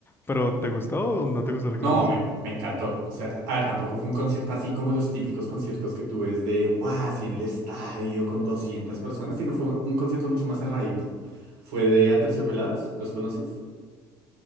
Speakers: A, on the left; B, on the right.
A: Pero, ¿te gustó o no te gustó la
B: No,
A: experiencia?
B: me, me encantó. O sea, a ver, tampoco fue un concierto así como los típicos conciertos que tú ves de, wow, así en el estadio con 200 personas, sino fue un concierto mucho más cerradito. Fue de Aterciopelados, ¿los conoces?